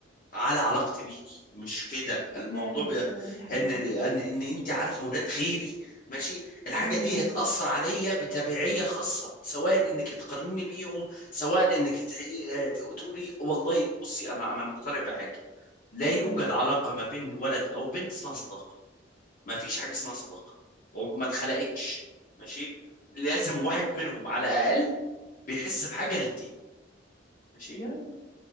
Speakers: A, on the left; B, on the left.
A: على علاقتي بيكي مش كده
B: ف-
A: الموضوع
B: فعلا
A: بي...
B: فعلا دي حقيقة
A: إن إن إن أنت عارفة أولاد غيري ماشي الحاجة
B: امم
A: دي
B: امم
A: هتأثر عليا بتبعية خاصة سواء إنك تقارني بيهم سواء إنك تحقي... تقولي والله بصي أنا أنا مقتنع بحاجة لا يوجد
B: امم.
A: علاقة ما بين ولد أو بنت اسمها صداقة ما فيش حاجه اسمها صداقه وما اتخلقتش ماشي لازم واحد منهم على الاقل بيحس بحاجه للتاني ماشي
B: بجد